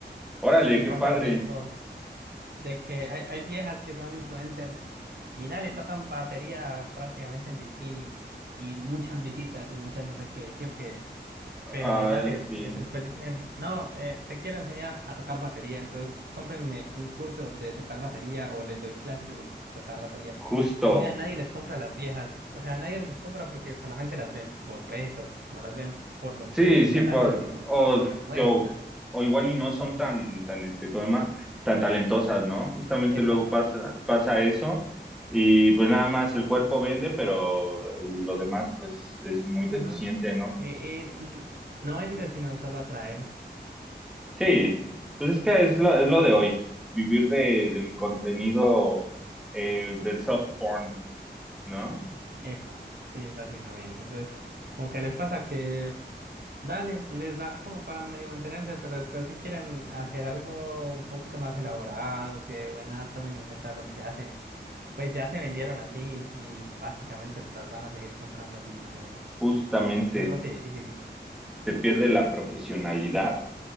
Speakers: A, in the centre; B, on the right.
A: órale,
B: y
A: qué
B: pasa
A: padre.
B: lo mismo, de que hay, hay viejas que son influencers y dale, tocan batería prácticamente en bikini y muchas visitas y muchas no sé qué, sí o qué.
A: Ah,
B: Pero dale,
A: sí,
B: eh, después dicen, no, eh, te quiero enseñar a tocar batería, entonces cómprenme un curso de tocar batería o les doy clases de tocar batería.
A: justo.
B: Y nada, nadie les compra a las viejas, o sea, nadie les compra porque solamente las ven por eso, no las ven por lo
A: Sí,
B: que
A: sí,
B: ellas
A: por-
B: hacen, sino
A: o,
B: por lo que muestran.
A: o, o igual y no son tan, tan, este, ¿cómo se llama? Tan talentosas, ¿no? Justamente
B: Epa.
A: luego pasa, pasa eso y pues nada más el cuerpo vende, pero lo demás pues es muy deficiente,
B: ujú.
A: ¿no?
B: Y, y n- no vende, sino solo atrae.
A: Sí, pues es que es lo, es lo de hoy, vivir de, del contenido eh, del soft porn, ¿no?
B: Epa, sí, básicamente. Entonces, como que les pasa que Dale, les da como para medio mantenerse, pero después si quieren hacer algo un poquito más elaborado, que de buena tomen en cuenta lo que hacen, pues ya se vendieron así y básicamente las van a seguir comprando así, no,
A: Justamente
B: es un roce difícil.
A: se pierde la profesionalidad